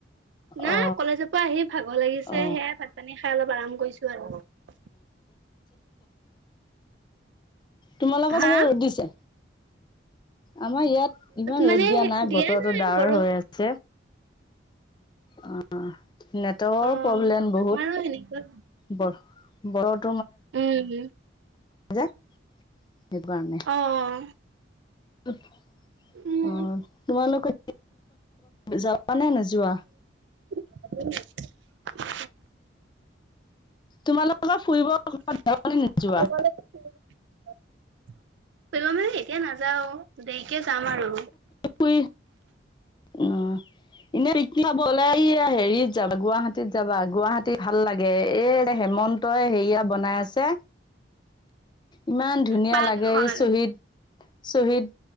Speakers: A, on the right; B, on the left.
A: নাই
B: অ
A: কলেজৰ পৰা আহি ভাগৰ লাগিছে,
B: অ
A: সেয়াই ভাত পানী খাই অলপ আৰাম কৰিছোঁ আৰু
B: তোমালোকৰ
A: হা
B: চাগে ৰ'দ দিছে, আমাৰ ইয়াত ইমান
A: মানে
B: ৰ'দ দিয়া নাই, বতৰতো
A: নাই
B: ডাৱৰ
A: বৰষু
B: হৈ আছে। অ নেটৱৰ্কৰ
A: অ'
B: প্ৰব্লেম বহুত।
A: আমাৰো সেনেকুৱা
B: বৰ ব্ৰড <unintelligible>
A: উম।
B: জাত। <unintelligible> সেইকাৰণে।
A: অ'
B: <unintelligible>
A: উম।
B: অ তোমালোকত যাৱ নে নোযোৱা?
A: <unintelligible>
B: তোমালোকৰ ফুৰিব
A: <unintelligible>
B: ক'ৰবাত যাবানে নোযোৱা
A: এতিয়া নাযাও দেৰি যাম আৰু
B: ফুৰি উম এনে বলে এই হেৰিত যাবা গুৱাহাটীত যাবা গুৱাহাটীত ভাল লাগে। এ এ হেমন্তই হেৰিয়া বনাই আছে ইমান ধুনীয়া
A: পাৰ্ক
B: লাগে,
A: এখন
B: এই চহীদ শহীদ